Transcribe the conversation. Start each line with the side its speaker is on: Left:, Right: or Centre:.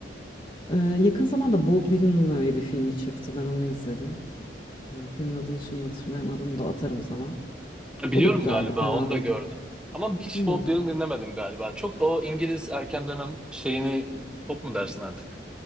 Left: Ee, yakın zamanda Bob Dylan'ın öyle bir filmi çıktı. Ben onu izledim. Ee, filmin adını şimdi hatırlayamadım da atarım sana.
Centre: Ha, Biliyorum
Left: O da güzeldi,
Centre: galiba
Left: fena
Centre: onu
Left: değildi.
Centre: da gördüm. Ama hiç
Left: Hmm.
Centre: Bob Dylan dinlemedim galiba. Çok o İngiliz erken dönem şeyini pop mu dersin artık?